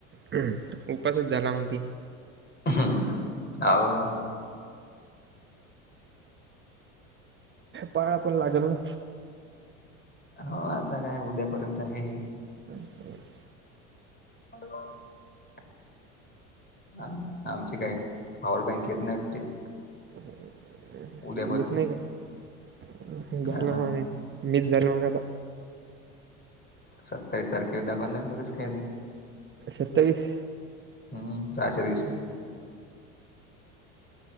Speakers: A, on the right; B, on the left.
A: हम्म, उपासच झाला मंग ते
B: हम्म, आ ओ
A: पाळा पण लागल ना
B: हो, आता काय उद्यापर्यंत आहे.
A: <unintelligible>
B: <unintelligible> हा, आमची काय पॉवर बँक येत नाय वाटते.
A: <inaudible>
B: उद्यापर्यंत
A: येत नाही काय, झाल
B: हा
A: मंग
B: ना
A: मीस झालं मग आता
B: सत्तावीस तारखेला दाखवायला लागलं कस काय नाही.
A: सत्तावीस
B: हम्मं जायचा दिवशी?